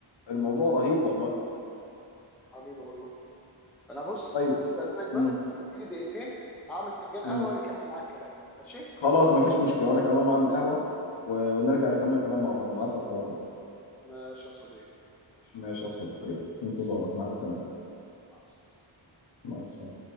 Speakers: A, on the left (about 65°); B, in the centre.
A: الموضوع رهيب والله
B: حبيبي والله انا بص
A: طيب
B: هستأذنك بس
A: مم.
B: اديني دقيقتين هعمل فنجان
A: مم.
B: قهوة واجي اكمل معاك الكلام ماشي
A: خلاص مفيش مشكله وانا كمان هقوم اعمل قهوه و- ونرجع نكمل كلام مع بعض ابعت لك على طول
B: ماشي يا صديقي ماشي
A: ماشي يا صديقي يلا. في انتظارك مع السلامه
B: مع السلامة
A: مع السلامه